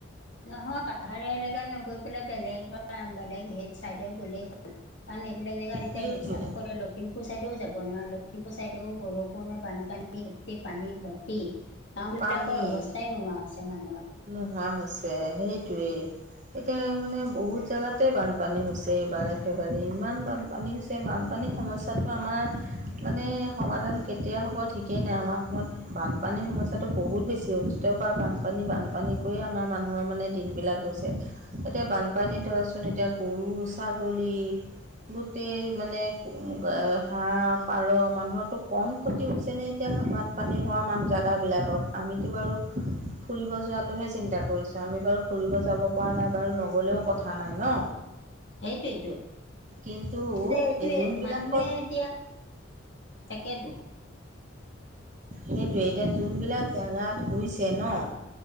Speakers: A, on the left (about 65°); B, on the right (about 35°).
A: নহয় পাহাৰীয়া এলেকাত নগৈ পেলাই বেলেগ ধৰা বেলেগ চাইদে গ'লেই হ কাৰন এইবিলাক জেগাত এতিয়া
B: সেইটোৱে
A: হিংসাক দৰ লগত লখিমপুৰ চাইডেও যাব নোৱাৰা লখিমপুৰ চাইডেও বৰষুণৰ বানপানী গোটেই পানী ভৰ্তি। গাঁও বিলাকৰ
B: পানী
A: অৱস্থাই নোহোৱা হৈছে মানুহৰ।
B: নোহোৱা হৈছে সেইটোৱেই। এতিয়া মানে বহুত জেগাতে বানপানী হৈছে, এইবাৰ একেবাৰে ইমান বানপানী হৈছে। যে বানপানীৰ সমস্যাটো আমাৰ মানে সমাধান কেতিয়া হ'ব ঠিকেই নাই, আমাৰ অসমত বানপানীৰ সমস্যাটো বহুত বেছি হ তীতৰ পা বানপানী বানপানী কৰিয়েই আমাৰ মানুহৰ মানে দিনবিলাক গৈছে। এতিয়া বানপানীত ধৰকচোন এতিয়া গৰু ছাগলী গোটেই মানে আ হাঁহ পাৰ মানুহৰটো কম ক্ষতি হৈছে নে? তিয়া বানপানী হোৱা মান জেগাবিলাকত আমিতো বাৰু ফুৰিব যোৱাত টোহে চিন্তা কৰিছো, আমি বাৰু ফুৰিব যাব পৰা নাই বাৰু নগ'লেও কথা নাই ন।
A: সেইটোইটো
B: কিন্তু
A: এতিয়া এইটোৱে
B: এই যোনবিলাকত
A: মানুহে এতিয়া তাকেটো
B: সেইটোৱে এতিয়া যোনবিলাক জেগাতই হৈছে ন'